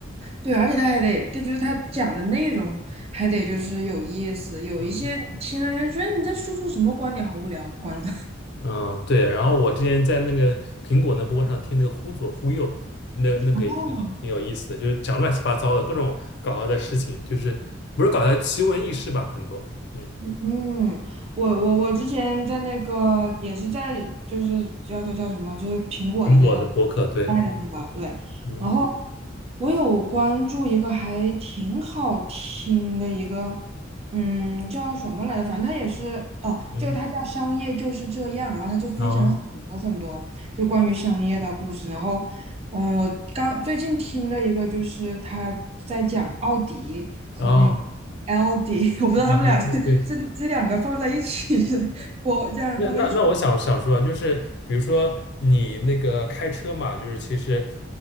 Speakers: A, on the right (about 30°); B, on the left (about 55°).
A: 对，而且他还得，他就是他讲的内容还得就是有意思，有一些你听了人家觉得你在输出什么观点，
B: 嗯
A: 好无聊，关了。
B: 嗯，对。然后我之前在那个苹果那播客上听那个《忽左忽右》，那那个也挺好，
A: <laughs>
B: 挺有意思的，就是讲乱七八糟的各种搞笑的事情，就是不是搞笑奇闻异事吧，很多。嗯，
A: 嗯，我我我之前在那个也是在就是叫叫叫什么，就是苹果的那个
B: 苹果的播客，对，
A: 卖的那个对，
B: 嗯
A: 然后我有关注一个还挺好听的一个，嗯，叫什么来着？反正它也是哦，
B: 嗯，
A: 就它叫《商业就是这样》，然后它就分享很多很多就关于商业的故事，
B: 然后
A: 然后嗯，我刚最近听了一个，就是他在讲奥迪和那个
B: 然后
A: LD，<laughs> 我不知道他们俩是这这两个放在一起是，
B: 然后对。
A: 我这样放在一起，
B: 那那那我想想说啊，就是比如说你那个开车嘛，就是其实